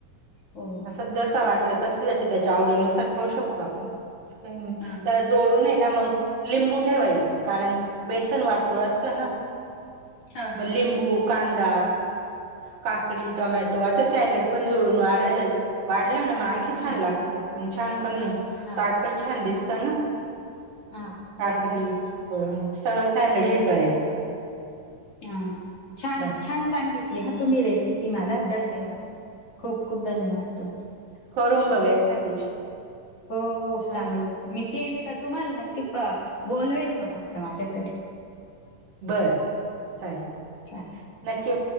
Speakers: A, on the left; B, on the right.
A: हो
B: असा जसा वाटलं तस याच्या त्याच्या आवडीनुसार खाऊ शकतो आपण अस काय नाही.
A: हा
B: जोडून हाय ना मग लिंबू ठेवायचं कारण बेसन वाटूळ असतं ना.
A: हा
B: म
A: हा
B: लिंबू, कांदा काकडी, टोमॅटो असं सॅलड पण जोडून वाढालं वाढलं ना मग आणखी
A: ह
B: छान लाग त, आणि छान पण
A: हा
B: ताट पण छान दिसत ना
A: हा
B: काकडी
A: बरोबर
B: सर्व सॅलरी हे करायचं.
A: हा छान
B: बाय
A: आहे छान सांगित ह तुम्ही रेसिपी मला धन्यवाद खूप खूप धन्यवाद तुमचे.
B: करून बघ एखा दिवशी.
A: हो हो
B: छान
A: चालेल
B: होईल
A: मी केली तर तुम्हाला नक्की बोलवेल मग आता माझ्याकडे.
B: बरं चालेल
A: चालेल
B: नक्की